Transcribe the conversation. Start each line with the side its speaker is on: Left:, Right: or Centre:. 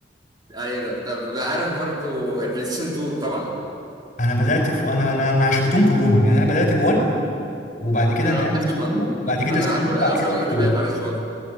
Right: أيوة طب عارف برضو البلاي ستيشن 2 طبعا
Left: انا بدات في انا انا انا عشرتهم كلهم يعني انا بدات ب1 وبعد كده
Right: أنا
Left: نقلت
Right: ما عرفتش
Left: ل2
Right: ون
Left: بعد كده
Right: أنا
Left: 3
Right: أكبر
Left: بعد
Right: أصغر
Left: كده
Right: منك
Left: 4
Right: شوية ما عرفتش ون <laughs>